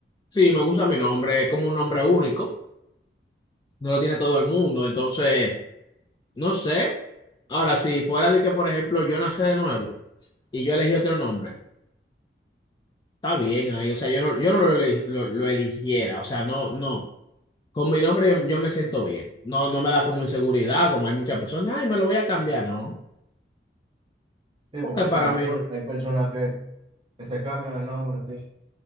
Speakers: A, on the left; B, on the right.
A: sí, me gusta mi nombre, es como un nombre único, no lo tiene todo el mundo. Entonces, no sé. Ahora, si fuera de que, por ejemplo, yo nací de nuevo y yo elegí otro nombre, está bien ahí. O sea, yo no, yo no lo, elegi- lo, lo eligiera. O sea, no, no. Con mi nombre yo, yo me siento bien. No, no me da como inseguridad, como hay muchas personas. Ay, me lo voy a cambiar. No,
B: Sí,
A: porque
B: porque
A: para
B: hay, perso-
A: mí no.
B: hay personas que, que se cambian el nombre, sí.